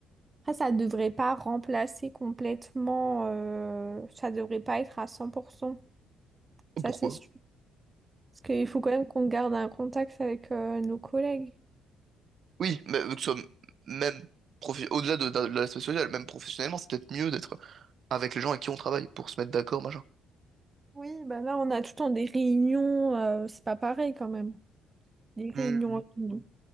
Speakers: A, on the right; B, on the right.
A: Après, ça devrait pas remplacer complètement, euh, ça devrait pas être à 100%. Ça,
B: pourquoi?
A: c'est sûr. Parce qu'il faut quand même qu'on garde un contact avec euh, nos collègues.
B: Oui, mais euh, que ce soit même profi- au-delà de, de de l'aspect social, même professionnellement, c'est peut-être mieux d'être avec les gens avec qui on travaille pour se mettre d'accord, machin.
A: Oui, Bah là, on a tout le temps des réunions, euh, c'est pas pareil quand même. Des réunions
B: Hmm.
A: en ligne.